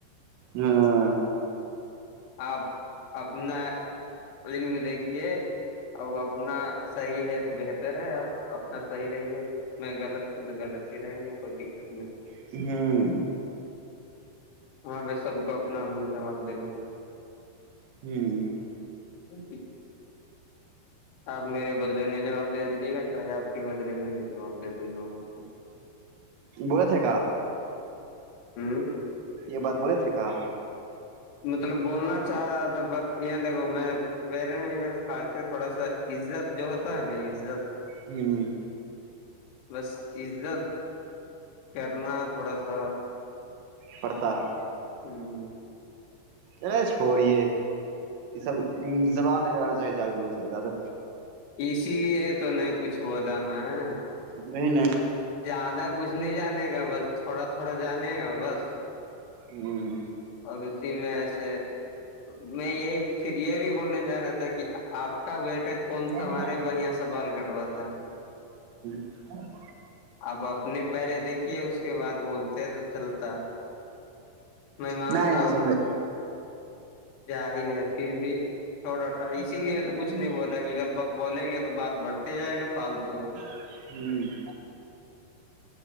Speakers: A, on the right; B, on the left.
A: ہاں
B: آپ اپنا فلم دیکھیے اور وہ اپنا صحیح ہے تو بہتر ہے اب اپنا صحیح رہیے میں غلط تو تو غلط ہی رہیں گے کوئی دقت نہیں
A: ہوں
B: وہاں پہ سب کو اپنا اپنا جواب دینا
A: ہوں
B: س آپ میرے بدلے نہیں جواب دے دیجیے گا چاہے آپ کے بدلے میں نہیں جواب دے دوں گا وہاں
A: ب تھا
B: ہوں
A: یہ بات بولے تھے کہ
B: مطلب بولنا چاہ رہا تھا پر یہ دیکھو میں میرے میں یہ خالتے تھوڑا سا عزت جو ہوتا ہے نا عزت
A: ہوں
B: بس عزت کرنا تھوڑا سا
A: پڑتا ہے
B: ہوں
A: ارے چھوڑیے یہ سب زبان نہیں لگانا چاہیے ج سے زیادہ
B: اسی لیے تو نہیں کچھ بولا میں
A: میں ن
B: زیادہ کچھ نہیں جانے گا بس تھوڑا تھوڑا جانے گا بس
A: ہوں
B: اور اسی میں ایسے میں یہی پھر یہ بھی بولنے جا رہا تھا کہ آپ کا بیٹا کون
A: ہ
B: سا ہمارے بڑیا سا بال کٹواتا ہے
A: ہ <unintelligible>
B: اپ اپنے پہرے دیکھیے اس کے بعد بولتے ہیں تو چلتا میں مانتا
A: نہیں
B: ہوں
A: سمجھ
B: جاہل ہے پھر بھی چھوڑ ہوتاا
A: ہوں
B: اسی لیے تو کچھ نہیں بول گ اگر ب بولیں گے تو بات بٹھتے ہی جائے گا فالتو
A: ہوں <unintelligible>